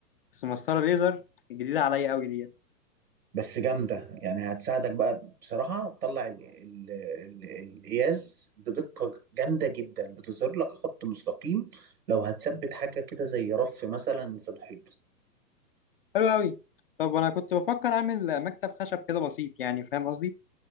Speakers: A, on the left; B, on the right.
A: بس مسطرة ليزر جديدة عليا قوي ديت
B: بس جامدة يعني هتساعدك بقى بصراحة تطلع ال- ال- ال- القياس بدقة جامدة جدا بتظهر لك خط مستقيم لو هتثبت حاجة كده زي رف مثلا في الحيط
A: حلو قوي طب انا كنت بفكر اعمل مكتب خشب كده بسيط يعني فاهم قصدي